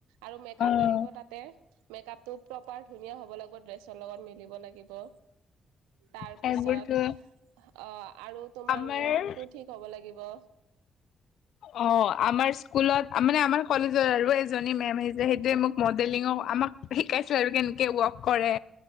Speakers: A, on the right; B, on the left.
A: আৰু মেকাপ
B: অ'।
A: লাগিব তাতে মেকাপটো প্ৰপাৰ ধুনীয়া হ'ব লাগিব ড্ৰেছৰ লগত মিলিব লাগিব। তাৰ
B: সেইবোৰতো
A: পিছত অ আৰু তোমাৰ
B: আমাৰ
A: ৱৰ্কটো ঠিক হ'ব লাগিব।
B: অ আমাৰ স্কুলত মানে আমাৰ কলেজত আৰু এজনী মেম আহিছে সেইটোয়ে মোক মডেলিঙৰ আমাক শিকাইছো আৰু কেনে ৱৰ্ক কৰে